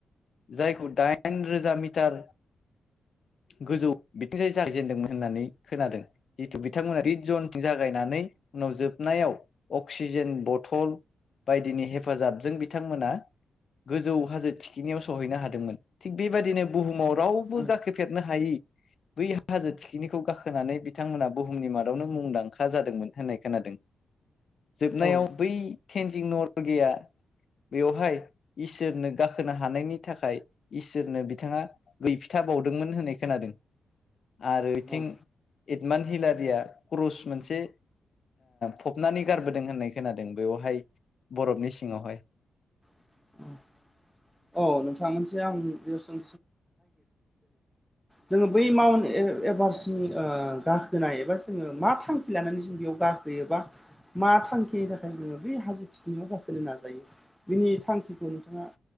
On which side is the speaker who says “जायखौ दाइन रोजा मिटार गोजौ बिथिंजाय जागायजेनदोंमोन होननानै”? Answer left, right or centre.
Left